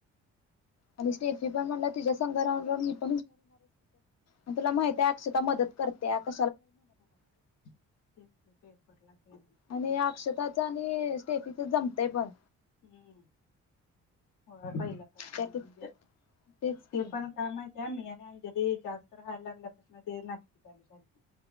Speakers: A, on the left; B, on the left.
A: आणि स्टेफी पण म्हणा तिच्या पण <unintelligible> <unintelligible> पण तुला माहित्याय अक्षता मदत करत्यात
B: हो तेच की पेपरला तेन
A: आणि अक्षताच आणि स्टेफीच जमतय पण.
B: हम्म हो पहिल्यापासून
A: त्यात
B: म्हणजे
A: तेच
B: ते
A: की
B: पण काय माहित त्या मया आणि अंजली जास्त राहायला लागल्यापासून ते नाटकी चालू झालती.